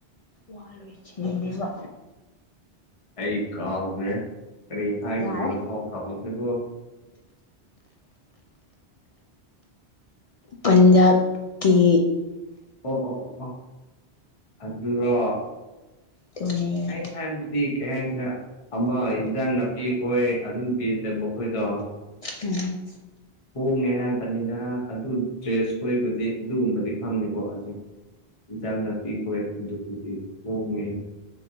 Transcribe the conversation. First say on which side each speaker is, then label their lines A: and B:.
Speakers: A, on the left; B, on the left.
A: ꯋꯥꯂꯣꯏꯁꯤꯅꯦꯕ꯫
B: ꯑꯩ ꯀꯥꯎꯈ꯭ꯔꯦ ꯀꯔꯤ ꯍꯥꯏꯈꯤꯕꯅꯣ
A: ꯌꯥꯔꯦ
B: ꯐꯥꯎ ꯀꯥꯎꯈ꯭ꯦꯔꯤꯕꯣ꯫ ꯑ <inaudible>
A: ꯄꯟꯖꯥꯀꯤ꯫
B: ꯑꯣ ꯑꯣ ꯑꯣ ꯑꯣ ꯑꯗꯨꯔꯣ
A: ꯇꯨꯅꯦ
B: ꯑꯩꯅ ꯍꯥꯏꯕ꯫ ꯄꯤꯈꯔꯦ ꯍꯥꯏꯁꯤꯔ ꯑꯃ ꯏꯟꯖꯥꯡ ꯅꯥꯄꯤ ꯈꯣꯏ ꯑꯗꯨꯝ ꯄꯤꯔꯗꯦꯕꯈꯣꯏꯗꯣ꯫
A: ꯎꯝ꯫
B: ꯍꯣꯡꯉꯦ ꯍꯥꯏꯕꯅꯤꯗ ꯑꯗꯨ ꯗ꯭ꯔꯦꯁ ꯈꯣꯏꯕꯗꯤ ꯑꯗꯨꯒꯨꯝꯕꯗꯤ ꯈꯪꯗꯦꯀꯣ ꯑꯗꯨꯝ꯫ ꯏꯟꯖꯥꯡ ꯅꯥꯄꯤꯈꯣꯏ ꯑꯗꯨꯕꯨꯒꯤ ꯍꯣꯡꯉꯦ꯫